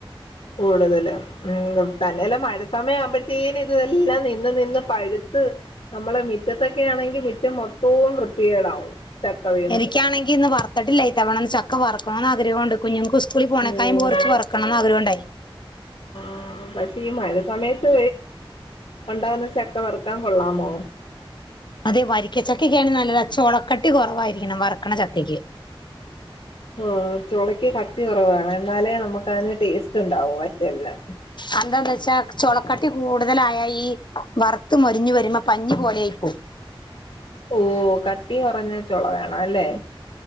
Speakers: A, on the left; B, on the left.
A: കൂടുതല ഉം തന്നെല്ല മഴ സമയം ആവുമ്പോഴത്തേന് ഇതെല്ലാം നിന്ന് നിന്ന് പഴുത്ത് നമ്മളെ മിറ്റത്തൊക്കെ ആണെങ്കിൽ മിറ്റം മൊത്തോം വൃത്തികേടാവും ചക്ക വീണ്
B: എനിക്കാണെങ്കി ഇന്ന് വറത്തിട്ടില്ല ഇ തവണന്ന് ചക്ക വറക്കണന്ന് ആഗ്രഹംണ്ട് കുഞ്ഞുങ്ങൾക്ക് സ്കുളിപോണേടൈം.
A: ഉം
B: കൊറച്ച് വറക്കണംന്ന് ആഗ്രഹോണ്ടായി..
A: ആ പക്ഷേ ഈ മഴ സമയത്ത് ഉണ്ടാവുന്ന ചക്ക വറുക്കാൻ കൊള്ളാമോ
B: അതെ വരിക്കച്ചക്കക്കാണ് നല്ലത് ആചൊളക്കട്ടി കൊ റവായിരിക്കണം വർക്കണച്ചക്കക്ക്
A: ആ ചൊളയ്ക്ക് കട്ടി കുറവാണ് എന്നാലെ നമുക്ക് അതിന് ടേസ്റ്റ് ഉണ്ടാവും വറ്റെൽന്
B: അതെന്താന്ന് വെച്ചാ ചൊളക്കട്ടി കൂടുതലായ ഈ വർ ത്തുമൊരിഞ്ഞു വരുമ്പൊ പഞ്ഞി പോലെ യായി പോവും
A: ഓ കട്ടികൊറഞ്ഞ ചൊളവേണം അല്ലേ